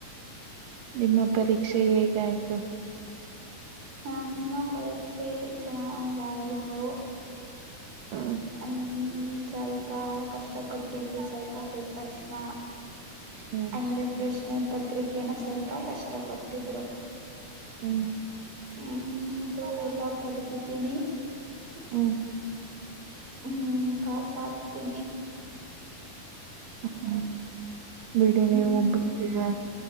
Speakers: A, on the right; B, on the right.
A: ನಿಮ್ಮ ಪರೀಕ್ಷೆ ಹೇಗಾಯ್ತು
B: ನಮ್ಮ ಪರೀಕ್ಷೆ ಚೆನ್ನಾಗ ಆಯ್ತು
A: ಹ್ಮ್
B: ಹ ಸ್ವಲ್ಪ ಕಷ್ಟ ಕೊಟ್ಟಲ್ರು ಸ್ವಲ್ಪ ಪೇಪರ್ಸ್ ನಾ
A: ಹ್ಮ್
B: ಅಂದ್ರೆ ಪ್ರಶ್ನೆ ಪತ್ರಿಕೆನ ಸ್ವಲ್ಪ ಕಷ್ಟ ಕೊಟ್ಟಿದ್ರು
A: ಹ್ಮ್
B: ಹ್ಮ್ ಅದು ಎಲ್ಲಾ ಬಡೆದಿದ್ದೀನಿ
A: ಹ್ಮ
B: ಹ್ಮ್ ಪಾಸ್ ಆಕ್ತೀನಿ
A: ಹ್ಮ ಬಿಡಿ
B: ಹ್ಮ್
A: ನೀವು
B: ನಿಮ್
A: ಒಬೀರ